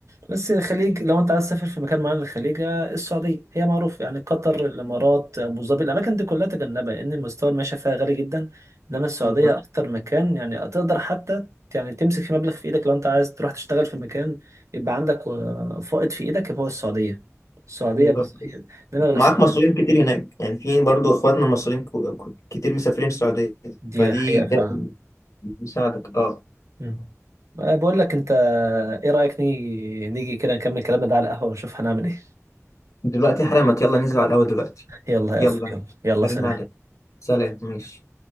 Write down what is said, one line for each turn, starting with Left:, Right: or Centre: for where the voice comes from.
Right: بس الخليج لو انت عايز تسافر في مكان معين الخليج آه، السعوديه هي معروف يعني قطر الامارات ابو ظبي الاماكن دي كلها تجنبها لان المستوى المعيشه فيها غالي جدا انما السعوديه
Left: بالظبط
Right: اكتر مكان يعني تقدر حتى يعني تمسك في مبلغ في ايدك لو انت عايز تروح تشتغل في مكان يبقى عندك آه، فائض في ايدك يبقى هو السعوديه السعوديه
Left: بالظبط
Right: بس هي انما غير
Left: معاك
Right: السعوديه
Left: مصريين
Right: لا.
Left: كتير هناك يعني في برضو اخواتنا المصريين كو- كو- كتير مسافرين السعوديه
Right: دي
Left: فدي
Right: حقيقه
Left: جاية
Right: فعلا
Left: تساعدك اه
Right: مم. آه، بقول لك انت ايه رايك نيجي نيجي كده نكمل كلامنا ده على القهوه ونشوف هنعمل ايه
Left: دلوقتي حالا ما يلا ننزل على القهوه دلوقتي
Right: <laughs> يلا يا
Left: يلا
Right: اخو يلا يلا
Left: هرن
Right: سلام
Left: عليك سلام ماشي